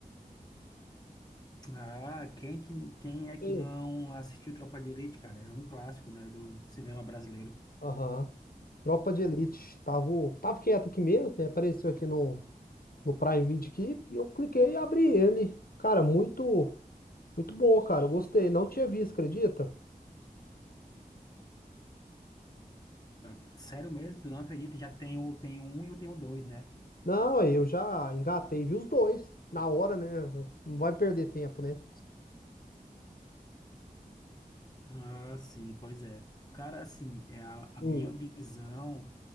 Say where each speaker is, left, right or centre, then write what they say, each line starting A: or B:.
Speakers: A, on the left; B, on the left.
A: Ah, quem, que, quem é que
B: Sim.
A: não assistiu Tropa de Elite, cara? É um clássico, né, do cinema brasileiro.
B: Aham. Tropa de Elite. Tava, tava quieto aqui mesmo, né? Apareceu aqui no, no Prime Video aqui, e eu cliquei e abri ele. Cara, muito, muito bom, cara. Eu gostei, não tinha visto, acredita?
A: Ah, Sério mesmo, tu não acredita? Já tem o, tem o um e o tem o dois, né?
B: Não, eu já engatei, vi os dois na hora, né? Não vai perder tempo, né?
A: Ah, sim, pois é. Cara, assim, é a, a
B: Hum.
A: minha visão